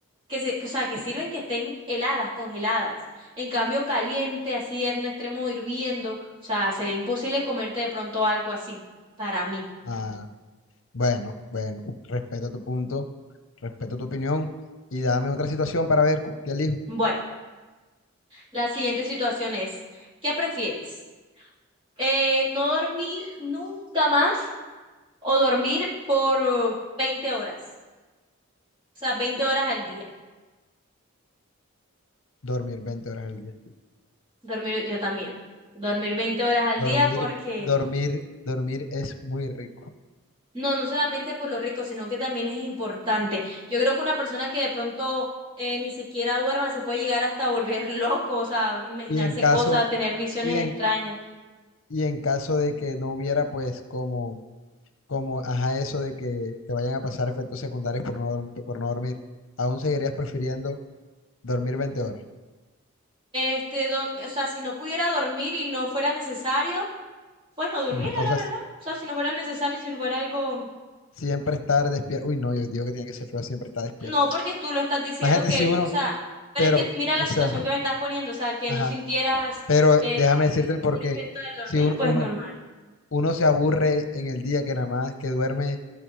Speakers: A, on the right; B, on the left.
A: que se, que- o sea, que sirven que estén heladas, congeladas. En cambio, caliente, así en un extremo hirviendo. O sea, sería imposible comerte de pronto algo así, para mí.
B: ah, bueno, bueno, respeto tu punto, respeto tu opinión y dame otra situación para ver qué elijo.
A: Bueno, la siguiente situación es, ¿qué prefieres? Eh, ¿no dormir nunca más o dormir por eh, 20 horas? O sea, 20 horas al día.
B: Dormir 20 horas al día.
A: Dormir, yo también. Dormir 20 horas al
B: Dormir,
A: día porque,
B: dormir, dormir es muy rico.
A: no, no solamente por lo rico, sino que también es importante. Yo creo que una persona que de pronto eh, ni siquiera duerma se puede llegar hasta volver <laughs> loco, o sea, imaginarse
B: Y en caso,
A: cosas, tener visiones
B: y en,
A: extrañas.
B: y en caso de que no hubiera, pues, como como, ajá, eso de que te vayan a pasar efectos secundarios por no, dorm- por no dormir, aún seguirías prefiriendo dormir 20 horas.
A: Este, don- o sea, si no pudiera dormir y no fuera necesario, pues no durmiera,
B: Mm, O
A: la
B: sea,
A: verdad.
B: si-
A: O sea, si no fuera necesario, si fuera algo
B: siempre estar despierto. Uy, no, yo digo que tiene que ser feo siempre estar despierto.
A: No, porque tú lo estás diciendo
B: Imagínate
A: que,
B: si uno,
A: o sea, pero
B: pero,
A: es que mira la
B: o
A: situación
B: sea,
A: que me estás poniendo, o sea, que
B: ajá,
A: no sintieras
B: pero
A: este,
B: déjame decirte el
A: ningún
B: porqué.
A: efecto del
B: Si
A: dormir,
B: un-
A: pues
B: uno,
A: normal.
B: uno se aburre en el día que nada más que duerme,